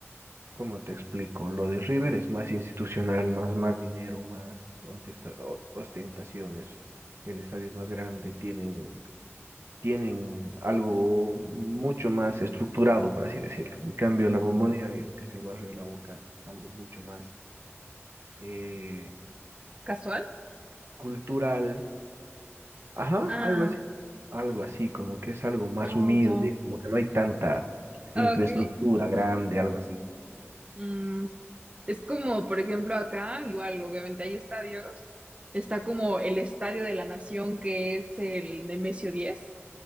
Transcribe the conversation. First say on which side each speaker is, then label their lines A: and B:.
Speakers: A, on the right (about 60°); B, on the right (about 25°).
A: Como te explico, lo de River es más institucional, más, más dinero, más ontesta- o- ostentaciones. El estadio es más grande, tienen, tienen algo mucho más estructurado, por así decirlo. En cambio, la Bombonera y lo que es el barrio de la Boca es algo mucho más eh,
B: casual.
A: cultural. Ajá,
B: Ah,
A: algo así. Algo así, como que es algo más
B: ah,
A: humilde,
B: ya.
A: como que no hay tanta
B: Ah,
A: infraestructura
B: Ok,
A: grande, algo así.
B: Mm, es como, por ejemplo, acá, igual, obviamente hay estadios. Está como el Estadio de la Nación, que es el Nemesio diez